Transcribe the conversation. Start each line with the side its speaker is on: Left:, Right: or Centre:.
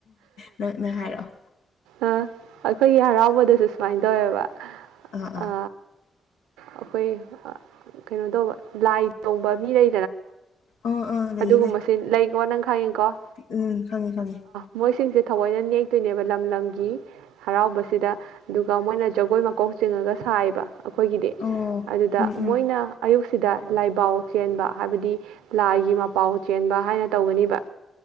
Left: ꯅꯪ ꯅꯪ ꯍꯥꯏꯔꯛꯑꯣ
Right: ꯑ ꯑꯩꯈꯣꯏꯒꯤ ꯍꯔꯥꯎꯕꯗꯁꯨ ꯁꯨꯃꯥꯏꯅ ꯇꯧꯋꯦꯕ
Left: ꯑꯥ ꯑꯥ
Right: ꯑ ꯑꯩꯈꯣꯏ ꯀꯩꯅꯣ ꯇꯧꯕ ꯂꯥꯏ ꯇꯣꯡꯕ ꯃꯤ ꯂꯩ
Left: ꯑꯥ ꯑꯥ ꯂꯩꯌꯦ
Right: ꯑꯗꯨꯒꯣ
Left: ꯂꯩ
Right: ꯅ ꯈꯉꯣ
Left: ꯎꯝ ꯈꯪꯉꯦ ꯈꯪꯉꯦ
Right: ꯃꯣꯏꯁꯤꯡꯁꯦ ꯊꯑꯣꯏꯅ ꯅꯦꯛꯇꯣꯏꯅꯦꯕ ꯂꯝ ꯂꯝꯒꯤ ꯍꯔꯥꯎꯕꯁꯤꯗ ꯑꯗꯨꯒ ꯒ ꯃꯣꯏꯅ ꯖꯒꯣꯏ ꯃꯀꯣꯛ ꯆꯤꯡꯉꯒ ꯁꯥꯏꯌꯦꯕ ꯑꯩꯈꯣꯏꯒꯤꯗꯤ
Left: ꯑꯣ
Right: ꯑꯗꯨꯗ
Left: ꯎꯝ
Right: ꯃꯣꯏꯅ
Left: ꯎꯝ
Right: ꯑꯌꯨꯛꯁꯤꯗ ꯂꯥꯏꯕꯥꯎ ꯆꯦꯟꯕ ꯍꯥꯏꯕꯗꯤ ꯂꯥꯏꯒꯤ ꯃꯥ ꯄꯥꯎ ꯆꯦꯟꯕ ꯍꯥꯏꯅ ꯇꯧꯒꯅꯤꯕ